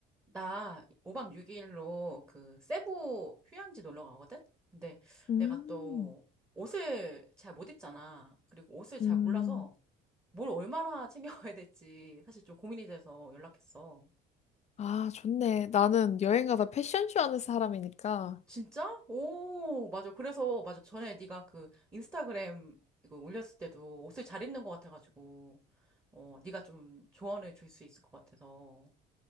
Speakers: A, on the right; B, on the left.
A: 나 5박 6일로 그 세부 휴양지 놀러 가거든? 근데
B: 음,
A: 내가 또 옷을 잘 못 입잖아. 그리고 옷을 잘
B: 음.
A: 몰라서 뭘 얼마나 챙겨가야 될지 사실 좀 고민이 돼서 연락했어.
B: 아, 좋네. 나는 여행 가다 패션쇼 하는 사람이니까
A: 진짜? 오, 맞아. 그래서 맞아. 전에 네가 그 인스타그램 이거 올렸을 때도 옷을 잘 입는 것 같아가지고 어, 네가 좀 조언을 줄 수 있을 것 같아서